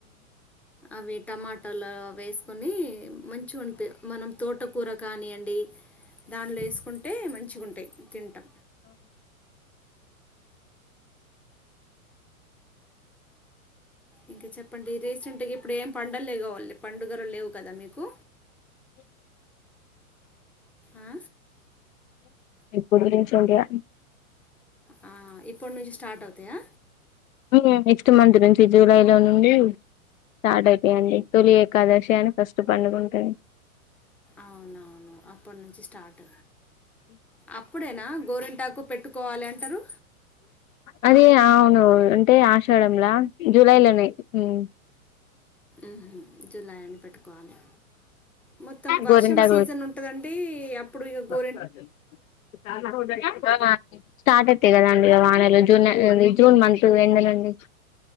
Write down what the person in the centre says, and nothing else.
అవి టమాటాలు వేసుకొని మంచిగా వంపి మనం తోటకూర కానియండి దానిలో వేసుకుంటే మంచిగుంటాయి తింటా ఇంకా చెప్ ప్పండి రీసెంట్గా ఇప్పుడు ఏం పండలు లే పండుగలు లేవు కదా మీకు ఆ
ఆ, ఇప్పటి నుంచి స్టార్ట్ అయితాయా
అవునవును అప్పటి నుంచి స్టార్ట్ అప్పుడేనా గోరింటాకు పెట్టుకోవాలి అంటారు
మ్ హు జులై అని పెట్టుకోవాలి మొత్తం వర్షం
సీజన్ ఉంటదండి అప్పుడు ఇగ గో